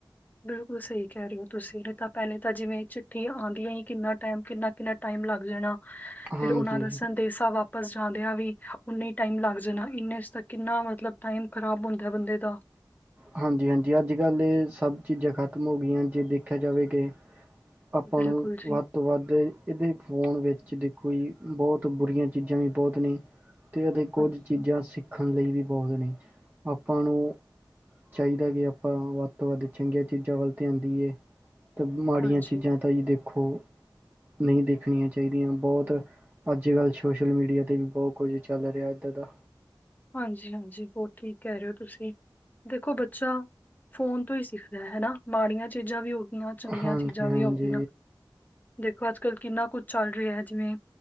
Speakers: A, on the left (about 20°); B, on the right (about 20°).
A: ਬਿਲਕੁਲ ਸਹੀ ਕਹਿ ਰਹੇ ਹੋ। ਤੁਸੀਵੇਰੇ ਤਾਂ ਪਹਿਲੇ ਤਾਂ ਜਿਵੇਂ ਚਿੱਠੀਆਂ ਆਉਂਦੀਆਂ ਹੀ, ਕਿੰਨਾ ਟਾਈਮ, ਕਿੰਨਾ-ਕਿੰਨਾ ਟਾਈਮ ਲੱਗ ਜਾਣਾ।
B: ਹਾਂਜੀ
A: ਫਿਰ ਉਹਨਾਂ ਦਾ, ਸੰ ਦੇਸਾ ਵਾਪਸ ਜਾਂਦਿਆਂ ਵੀ, ਉਓਨੇ ਹੀ ਟਾਈਮ ਲੱਗ ਜਾਣਾ ਇੰਨੇ'ਚ ਤਾਂ, ਕਿੰਨਾ ਮਤਲਬ ਟਾਈਮ ਖਰਾਬ ਹੁੰਦਾ ਬੰਦੇ ਦਾ।
B: ਹਾਂਜੀ-ਹਾਂਜੀ, ਅੱਜ-ਕੱਲ ਇਹ ਸਭ ਚੀਜ਼ਾਂ ਖਤਮ ਹੋ ਗਈਆਂ, ਜੇ ਦੇਖਿਆ ਜਾਵੇ ਕਿ ਆਪਾਂ
A: ਬਿਲਕੁਲ
B: ਨੂੰ
A: ਜੀ
B: ਵੱਧ ਤੋਂ ਵੱਧ, ਇਹਦੇ ਫੋਨ ਵਿੱਚ ਦੇਖੋ ਜੀ, ਬਹੁਤ ਬੁਰੀਆਂ ਚੀਜ਼ਾਂ ਵੀ ਬਹੁਤ ਨੇ। ਅਤੇ ਦੇਖੋ,
A: ਹਾਂਜੀ
B: ਕੁਝ ਚੀਜ਼ਾਂ ਸਿੱਖਣ ਲਈ ਵੀ ਬਹੁਤ ਨੇ। ਆਪਾ ਨੂੰ ਚਾਹੀਦਾ ਕਿ ਆਪਾਂ, ਵੱਧ ਤੋਂ ਵੱਧ ਚੰਗੀਆਂ ਚੀਜ਼ਾਂ ਵੱਲ ਧਿਆਨ ਦਈਏ। ਅਤੇ ਮਾੜੀਆਂ
A: ਹਾਂਜੀ
B: ਚੀਜ਼ਾਂ ਤਾਂ ਜੀ ਦੇਖੋ, ਨਹੀਂ ਦੇਖਣੀਆਂ ਚਾਹੀਦੀਆਂ। ਬਹੁਤ ਅੱਜ-ਕੱਲ ਸੋਸ਼ਲ ਮੀਡੀਆ ਤੇ ਵੀ, ਬਹੁਤ ਕੁਝ ਚੱਲ ਰਿਹਾ ਇੱਦਾਂ ਦਾ।
A: ਹਾਂਜੀ-ਹਾਂਜੀ ਬਹੁਤ ਠੀਕ ਕਹਿ ਰਹੇ ਹੋ ਤੁਸੀ, ਦੇਖੋ ਬੱਚਾ ਫੋਨ ਤੋਂ ਹੀ ਸਿੱਖਦਾ ਹੈਨਾ, ਮਾੜੀਆਂ ਚੀਜ਼ਾਂ ਵੀ ਹੋ ਗਈਆਂ, ਚੰਗੀਆਂ
B: ਹਾਂਜੀ
A: ਚੀਜ਼ਾਂ
B: ਹਾਂਜੀ
A: ਵੀ ਹੋ ਗਈਆਂ। ਦੇਖੋ, ਅੱਜ-ਕੱਲ ਕਿੰਨਾ ਕੁੱਝ ਚੱਲ ਰਿਹਾ ਹੈ, ਜਿਵੇਂ